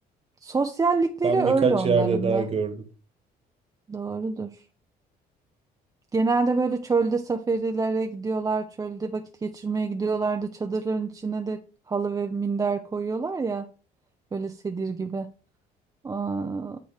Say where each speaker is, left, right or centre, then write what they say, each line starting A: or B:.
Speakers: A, on the right (about 20°); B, on the right (about 35°).
A: sosyallikleri
B: Ben
A: öyle
B: birkaç
A: onların
B: yerde daha
A: da.
B: gördüm.
A: Doğrudur. Genelde böyle çölde safarilere gidiyorlar, çölde vakit geçirmeye gidiyorlardı. çadırların içine de halı ve minder koyuyorlar ya böyle sedir gibi. Aa,